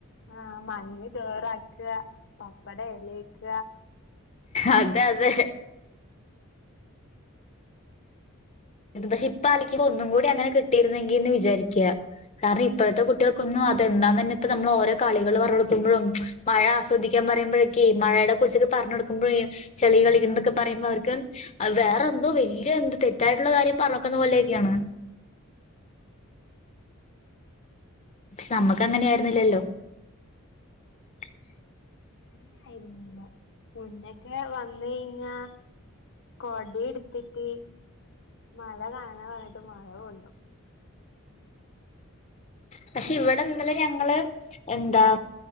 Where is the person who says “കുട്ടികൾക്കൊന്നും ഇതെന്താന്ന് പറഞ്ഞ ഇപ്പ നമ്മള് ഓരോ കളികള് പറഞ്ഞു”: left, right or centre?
Left